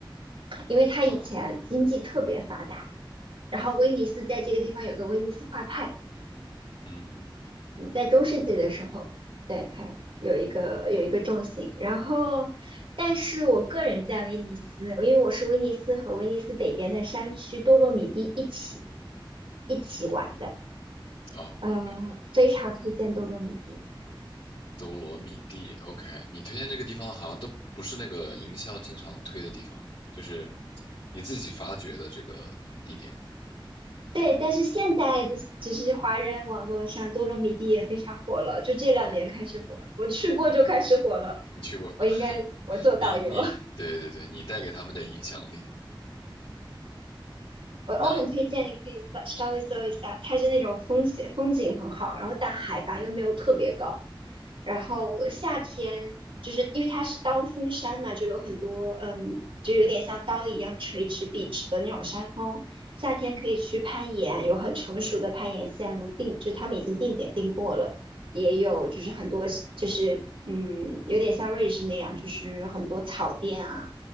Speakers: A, on the right; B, on the left.
A: 因为它以前经济特别发达，
B: 啊，
A: 然后威尼斯在这个地方有个威尼斯画派，
B: 嗯嗯，嗯明白
A: 嗯，在中世纪的时候，对，它有一个有一个重心。然后，但是我个人在威尼斯，因为我是威尼斯和威尼斯北边的山区多洛米蒂一起一起玩的，
B: 哦，
A: 呃，
B: 明白。
A: 非常推荐多洛米蒂。
B: 多罗米蒂，OK，你推荐这个地方好像都不是那个营销经常推的地方，就是你自己发掘的这个地点。
A: 对，但是现在的只是华人网络上多洛米蒂也非常火了，就这两年开始火了。
B: 哦，
A: 我去过就开始火了，
B: 你去过，
A: 我应该我做导游。
B: <laughs> 你你对对对，你带给他们的影响力。
A: 我我很推荐你可以搜稍微搜一下，
B: 那
A: 它是那种风险风景很好，然后但海拔又没有特别高，然后夏天就是因为它是刀锋山嘛，就有很多嗯，就有点像刀一样垂直笔直的那种山峰，夏天可以去攀岩，有很成熟的攀岩线路定，就是他们已经定点定过了，也有就是很多就是嗯，有点像瑞士那样，就是很多草甸啊。